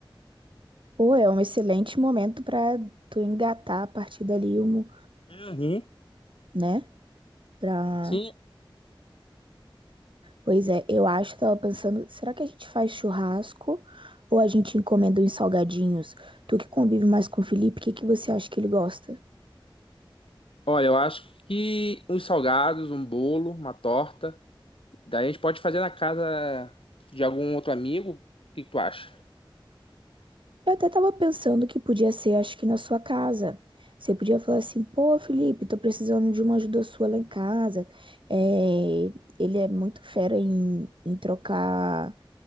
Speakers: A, on the right; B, on the left.
A: Pô, é um excelente momento para tu engatar a partir dali um,
B: Uhum.
A: né? Pra
B: Sim.
A: Pois é, eu acho, tava pensando, será que a gente faz churrasco ou a gente encomenda uns salgadinhos? Tu que convive mais com o Felipe, o que que você acha que ele gosta?
B: Olha, eu acho que uns salgados, um bolo, uma torta. Daí a gente pode fazer na casa de algum outro amigo. O que que tu acha?
A: Eu até tava pensando que podia ser, acho que na sua casa. Você podia falar assim, pô, Felipe, tô precisando de uma ajuda sua lá em casa. É, ele é muito fera em, em trocar.